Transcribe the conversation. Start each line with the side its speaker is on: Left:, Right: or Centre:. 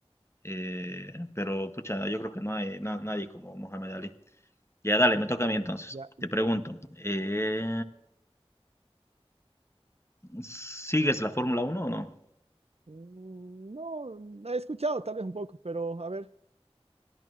Left: Eh, pero pucha, yo creo que no hay na- nadie como Mohamed Ali. Ya, dale, me toca a mí entonces.
Right: Ya, y
Left: Te pregunto,
Right: todo.
Left: eh, ¿sigues la Fórmula Uno o no?
Right: Mm, No, la he escuchado tal vez un poco, pero a ver.